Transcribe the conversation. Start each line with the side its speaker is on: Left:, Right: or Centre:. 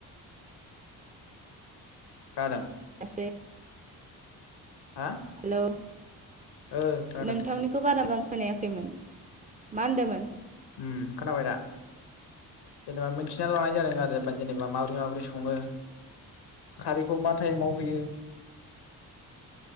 Left: खोनादों
Right: एसे
Left: हा
Right: हेल' नोंथांनि
Left: ओ खोनादों
Right: नोंनिखौ बारा मोजां खोनायाखैमोन मा होनदोंमोन
Left: उम खोनाबायदा जेनेबा मिनथिना लानाय जादों आरो जेनेबा माबोरै माबोरै संङो खारैखौ मा टाइमाव होयो